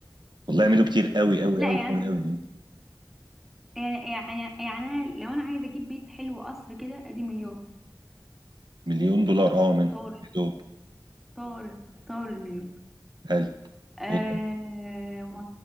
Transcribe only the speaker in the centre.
لا
يعني
مثلا-
يعني يعني يعني أنا لو انا عايزة اجيب بيت حلو قصر كده ادي مليون
طار
طار طار المليون
آه
و...